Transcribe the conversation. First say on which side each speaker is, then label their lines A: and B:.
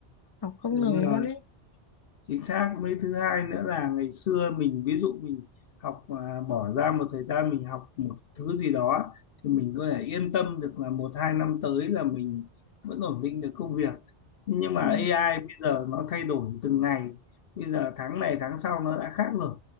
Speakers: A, on the left; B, on the left.
A: học không
B: đúng
A: ngừng
B: rồi
A: luôn ấy.
B: chính xác mấy thứ hai nữa là ngày xưa mình ví dụ mình học à, bỏ ra một thời gian mình học một thứ gì đó thì mình có thể yên tâm được là một hai năm tới là mình vẫn ổn định được công việc Thế nhưng mà
A: Ừ.
B: AI bây giờ nó thay đổi từng ngày bây giờ tháng này tháng sau nó đã khác rồi